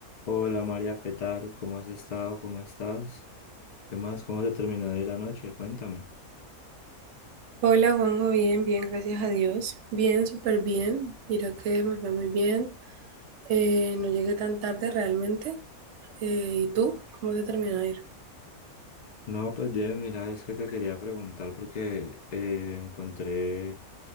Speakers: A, on the left; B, on the right.
A: Hola María, ¿qué tal? ¿Cómo has estado? ¿Cómo estás? ¿Qué más? ¿Cómo te terminó de ir anoche? Cuéntame.
B: Hola Juanjo, bien, bien, gracias a Dios. Bien, súper bien. Mira que me fue muy bien. Eh, no llegué tan tarde realmente. Eh, ¿y tú? ¿Cómo te terminó de ir?
A: No, pues bien, mira, es que te quería preguntar porque eh, encontré